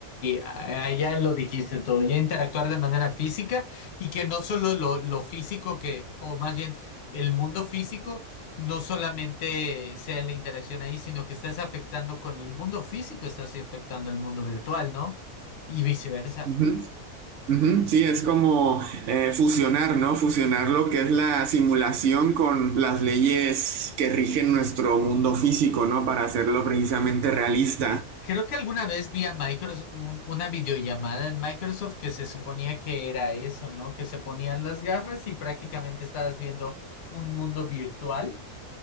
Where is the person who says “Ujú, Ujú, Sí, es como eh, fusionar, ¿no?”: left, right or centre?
Right